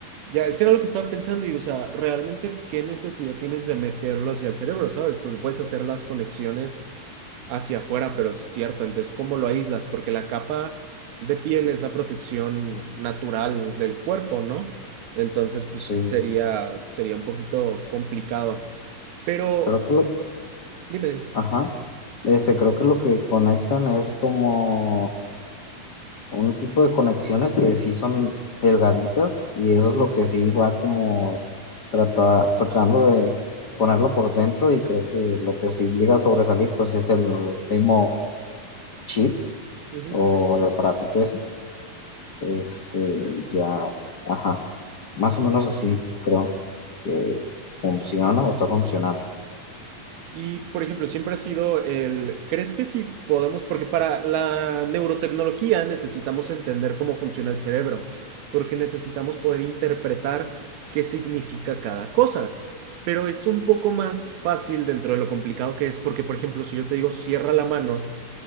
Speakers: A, on the right; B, on the left.
A: ya, es que era lo que estaba pensando y, o sea, realmente, ¿qué necesidad tienes de meterlo hacia el cerebro, ¿sabes? Porque puedes hacer las conexiones hacia afuera, pero es cierto, entonces, ¿cómo lo aíslas? Porque la capa de piel es la protección natural del cuerpo, ¿no? Entonces, pues
B: Sí,
A: sería, sería un poquito complicado. Pero,
B: creo que lo,
A: dime, dime.
B: ajá. Este, creo que lo que conectan es como un tipo de conexiones que sí son delgaditas y eso es lo que sí va como trata- tratando de ponerlo por dentro y creo que lo que sí llega a sobresalir pues es el mismo chip
A: Ujú.
B: o el aparatito ese. Este, ya, ajá. Más o menos así creo que funciona o está funcionando.
A: Y, por ejemplo, siempre ha sido el, ¿crees que sí podemos? Porque para la neurotecnología necesitamos entender cómo funciona el cerebro, porque necesitamos poder interpretar qué significa cada cosa. Pero es un poco más fácil dentro de lo complicado que es, porque, por ejemplo, si yo te digo cierra la mano,